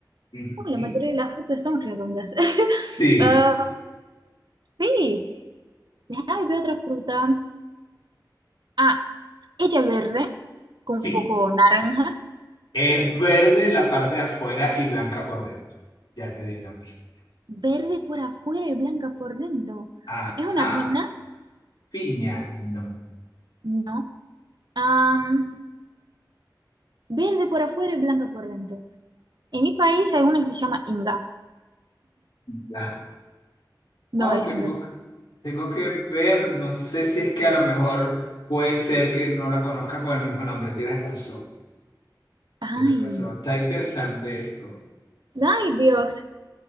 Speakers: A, on the left; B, on the right.
A: Ujú.
B: Uh, la mayoría de las frutas son redondas. <laughs>
A: Sí,
B: Ah, sí, déjame ver otra fruta. Ah, ella verde,
A: sí.
B: con un poco naranja.
A: Es verde la parte de afuera y blanca por dentro. Ya te di una pista.
B: Verde por afuera y blanca por dentro.
A: Ajá,
B: ¿Es una pina?
A: piña, no.
B: No. Am, verde por afuera y blanca por dentro. En mi país hay una que se llama Inga.
A: Ya.
B: No
A: Wow,
B: es
A: tengo
B: Inga.
A: que, tengo que ver, no sé si es que a lo mejor puede ser que no la conozcas con el mismo nombre. Tienes razón,
B: Ay,
A: tienes razón. Está interesante esto.
B: ay, Dios.